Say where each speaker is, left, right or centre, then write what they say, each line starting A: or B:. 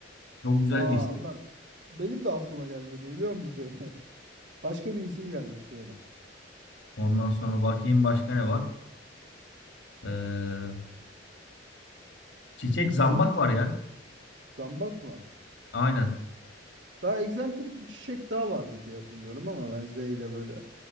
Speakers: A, on the left (about 70°); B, on the right (about 70°).
A: Çok güzel
B: Aa
A: bir isim.
B: ulan benim de aklıma gelmedi biliyor musun <laughs> Başka bir isim gelmişti benim.
A: Ondan sonra bakayım başka ne var? Ee, çiçek zambak
B: İsmi
A: var ya.
B: Zambak mı?
A: Aynen.
B: Daha egzantrik bir çiçek daha vardı diye hatırlıyorum ama ben Z ile böyle.